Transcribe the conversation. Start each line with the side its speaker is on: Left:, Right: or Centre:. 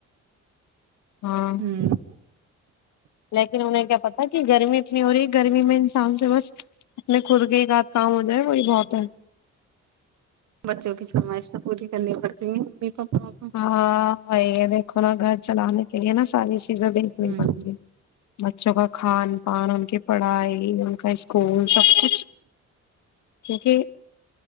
Left: ہاں
Right: ہوں
Left: لیکن انہیں کیا پتا کہ گرمی اتنی ہو رہی ہے گرمی میں انسان سے بس اپنے خود کے ایک ساتھ کام ہو جائے وہی بہت ہے
Right: بچوں کی فرمائش تو پوری ک پڑتی پاپا کو
Left: ہاں یہ دیکھو نا گھر چلانے کے لیے نا ساری چیزیں دیکھنی
Right: ہ
Left: پڑتی ہے بچوں کا کھان کان ان کے پڑھائے اسکول سب کچھ کیونکہ